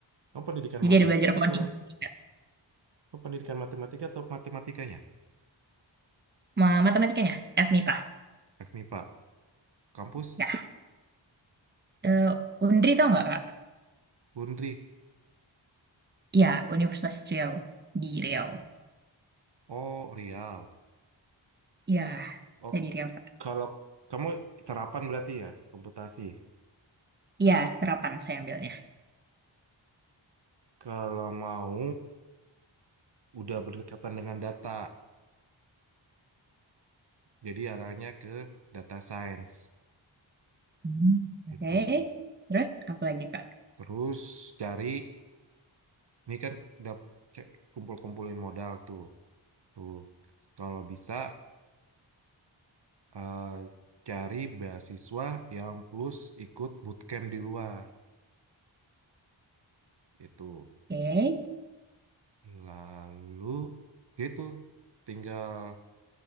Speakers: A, on the right (about 60°); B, on the right (about 20°).
A: kamu pendidikan
B: Jadi
A: matematika
B: ada belajar coding
A: atau
B: juga.
A: kamu pendidikan matematika atau matematikanya
B: Ma- Matematikanya, FMIPA.
A: FMIPA kampus
B: Ya. Eh, Undri tau nggak kak?
A: Undri
B: Ya, Universitas Riau di Riau.
A: oh Riau
B: Ya,
A: oh
B: saya di Riau.
A: kalau kamu terapan berarti ya komputasi
B: Iya, terapan saya ambilnya.
A: Kalau mau, udah berdekatan dengan data. Jadi arahnya ke data science.
B: Hmm. Oke,
A: Itu.
B: terus apa lagi Kak?
A: Terus cari, ini kan udah c- kumpul-kumpulin modal tuh. Tuh, kalau bisa eh, cari beasiswa yang plus ikut bootcamp di luar. Itu.
B: Oke,
A: Lalu, gitu. Tinggal